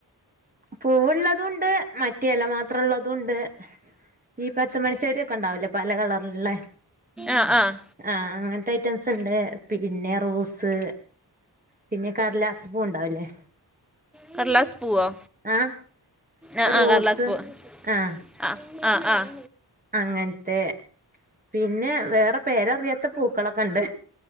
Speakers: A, on the right; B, in the centre.
A: പൂവുള്ളതും ഉണ്ട് മറ്റ് ഇല മാത്രം ഉള്ളതുണ്ട് ഈ പത്ത് മണിചെടിയൊക്കെ ഉണ്ടാവില്ലേ പല കളറിലുള്ളെ
B: ആഹ് ആഹ്
A: ആഹ് അങ്ങനത്തെ ഐറ്റംസ് ഉണ്ട് പിന്നെ റോസ് പിന്നെ കടലാസപ്പൂ ഉണ്ടാവില്ലേ
B: കടലാസ് പൂവോ
A: ആഹ്
B: ആഹ്
A: റോസ്
B: ആഹ് കടലാസ് പൂവ്
A: ആഹ്
B: ആഹ് ആഹ് ആഹ്
A: അങ്ങനത്തെ പിന്നെ വേറെ പേരറിയാത്ത പൂക്കളൊക്കെ ഉണ്ട്